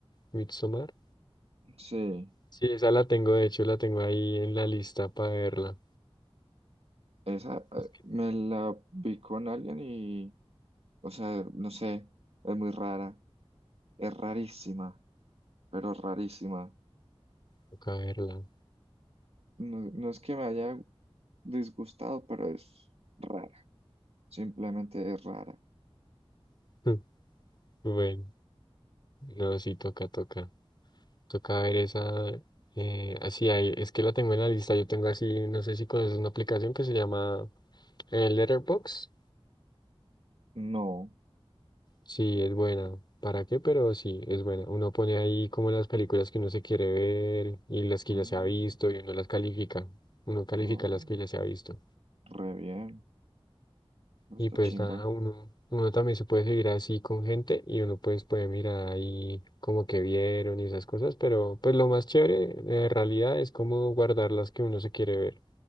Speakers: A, on the left; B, on the right.
A: Midsommar.
B: Sí,
A: Sí, esa la tengo, de hecho, la tengo ahí en la lista para verla.
B: esa eh,
A: Es que
B: me la vi con alguien O sea, no sé, es muy rara, es rarísima, pero rarísima.
A: toca verla.
B: No, no es que me haya disgustado, pero es rara, simplemente es rara.
A: <laughs> Bueno, no, sí, toca, toca. Toca ver esa. Eh, así, hay, es que la tengo en la lista. Yo tengo así, no sé si conoces una aplicación que se llama eh, Letterboxd.
B: No.
A: Sí, es buena. ¿Para qué? Pero sí, es buena. Uno pone ahí como las películas que uno se quiere ver y las que
B: Oh,
A: ya se ha visto y uno las califica. Uno califica
B: oh,
A: las que ya se ha visto.
B: re bien, esta
A: Y pues
B: chimba.
A: nada, uno, uno también se puede seguir así con gente y uno pues puede mirar ahí como que vieron y esas cosas, pero pues lo más chévere en realidad es como guardar las que uno se quiere ver,